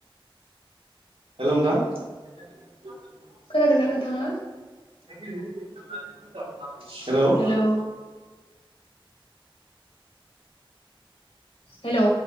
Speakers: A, on the right; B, on the left.
A: हेलौ नोंथां।
B: खोनादोंना नोंथाङा
A: Hello
B: hello hello